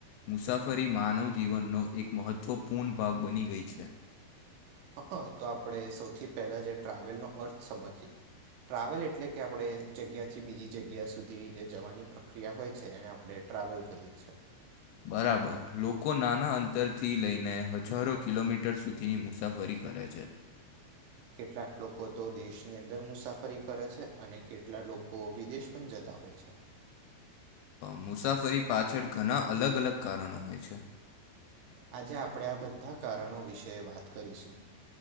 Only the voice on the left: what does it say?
મુસાફરી માનવ જીવનનો એક મહત્વપૂર્ણ ભાગ બની ગઈ છે.
બરાબર લોકો નાના અંતરથી લઈને હજારો કિલોમીટર સુધીની મુસાફરી કરે છે.
મુસાફરી પાછળ ઘણા અલગ અલગ કારણો હોય છે.